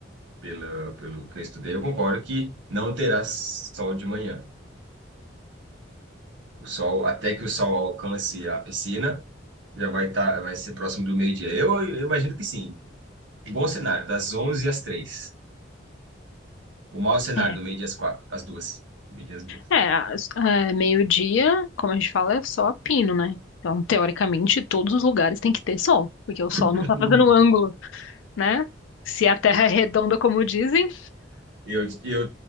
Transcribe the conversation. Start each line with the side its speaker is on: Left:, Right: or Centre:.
Right: pelo, pelo que eu estudei, eu concordo que não terá sol de manhã. O sol, até que o sol alcance a piscina, já vai estar, vai ser próximo do meio-dia. Eu, eu imagino que sim. Um bom cenário, das 11 às três O mau cenário,
Left: É,
Right: do meio-dia às 4 às duas Meio-dia às 2.
Left: é, as- é, meio-dia, como a gente fala, é só a pino, né? Então, teoricamente, todos os lugares têm que ter sol, porque o sol
Right: <laughs>
Left: não tá fazendo um ângulo, né? Se a Terra é redonda, como dizem,
Right: E eu, e eu,